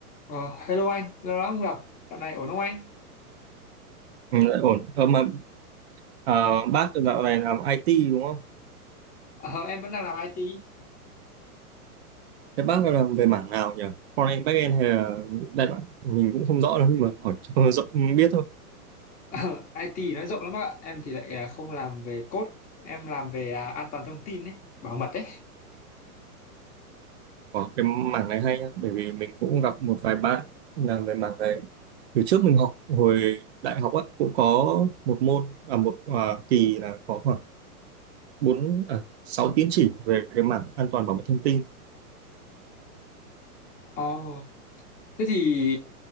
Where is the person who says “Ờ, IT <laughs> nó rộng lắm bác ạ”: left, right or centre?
Left